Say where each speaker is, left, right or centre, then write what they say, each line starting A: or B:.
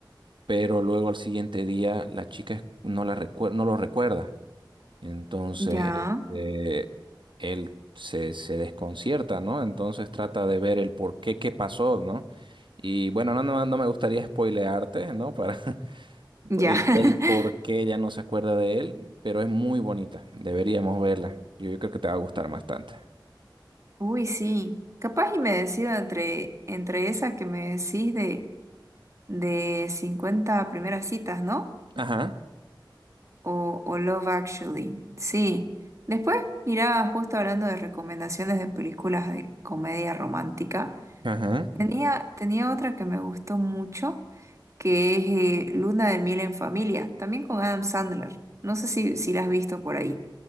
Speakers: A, on the right; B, on the right.
A: pero luego al siguiente día la chica no, la recue- no lo recuerda. Entonces,
B: Ya,
A: este, él se, se desconcierta, ¿no? Entonces trata de ver el por qué, qué pasó, ¿no? Y bueno, no, no, no me gustaría spoilearte, ¿no? Para, <laughs>
B: ya.
A: El,
B: <laughs>
A: el por qué ya no se acuerda de él, pero es muy bonita. Deberíamos verla. Yo, yo creo que te va a gustar bastante.
B: Uy, sí. Capaz y me decido entre, entre esa que me decís de, de cincuenta primeras citas, ¿no?
A: Ajá,
B: O, o Love Actually. Sí. Después, mira, justo hablando de recomendaciones de películas de comedia romántica.
A: ajá.
B: Tenía, tenía otra que me gustó mucho, que es eh, Luna de miel en familia, también con Adam Sandler. No sé si, si la has visto por ahí.